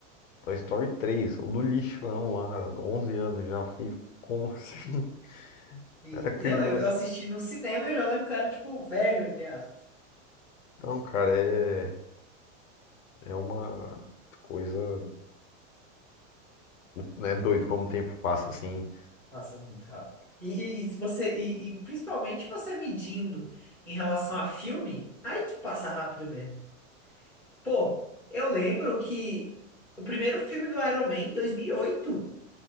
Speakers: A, on the left (about 80°); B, in the centre.
A: Toy Story três o do lixão lá, 11 anos já. Eu fiquei, como assim? <laughs>
B: E,
A: Era criança.
B: e não, eu, eu assisti
A: assim.
B: no cinema e eu já lembro que eu era, tipo, velho, entre aspas.
A: Então, cara, é, é uma coisa, né, doido como o tempo passa, assim.
B: Passa muito rápido. E, e, e se você, e, e principalmente você medindo em relação a filme, aí que passa rápido mesmo. Pô, eu lembro que o primeiro filme do Iron Man, 2008.